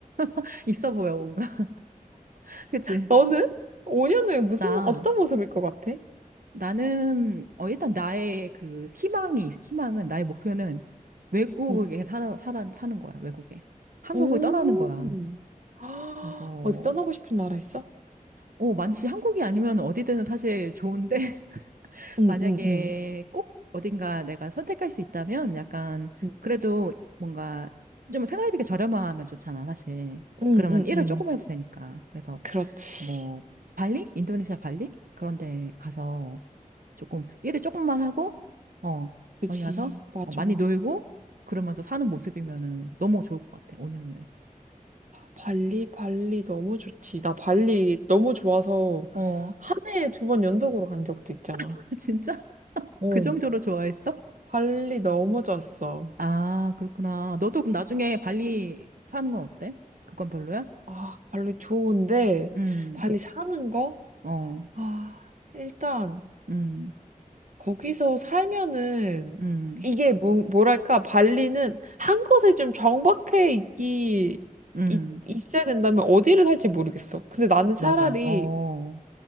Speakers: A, on the right (about 80°); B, on the right (about 60°).
A: <laughs> 있어 보여, 뭔가. <laughs> 그치?
B: 너는 5년 후에 무슨,
A: 나,
B: 어떤 모습일 것 같아?
A: 나는, 어, 일단 나의 그 희망이, 희망은, 나의 목표는 외국에
B: 응.
A: 살아, 살아, 사는 거야, 외국에. 한국을
B: 음.
A: 떠나는 거야.
B: <gasps> 아,
A: 그래서
B: 어디 떠나고 싶은 나라 있어?
A: 어, 많지. 한국이 아니면 어디든 사실 좋은데, <laughs>
B: 응,
A: 만약에
B: 응, 응.
A: 꼭 어딘가 내가 선택할 수 있다면 약간,
B: 응,
A: 그래도 뭔가 좀 생활비가 저렴하면 좋잖아, 사실.
B: 응,
A: 그러면
B: 응.
A: 일을
B: 응.
A: 조금 해도 되니까. 그래서
B: 그렇지.
A: 뭐, 발리? 인도네시아 발리? 그런 데 가서 조금, 일을 조금만 하고, 어,
B: 그지.
A: 거기 가서
B: 맞아.
A: 어, 많이 놀고, 그러면서 사는 모습이면은 너무 좋을 것 같아, 5년 후에.
B: 발리, 발리 너무 좋지. 나 발리 너무 좋아서
A: 어,
B: 한 해에 두 번 연속으로 간 적도 있잖아.
A: <laughs> 진짜?
B: 어.
A: 그 정도로 좋아했어?
B: 발리 너무 좋았어.
A: 아, 그렇구나. 너도 그럼 나중에 발리 사는 건 어때? 그건 별로야?
B: 아, 발리 좋은데,
A: 음,
B: 발리 사는 거?
A: 어,
B: 아, 일단.
A: 음,
B: 거기서 살면은
A: 음,
B: 이게 뭐, 뭐랄까 발리는 한 곳에 좀 정박해 있기
A: 음,
B: 있, 있어야 된다면 어디를 살지 모르겠어. 근데 나는
A: 맞아.
B: 차라리
A: 어,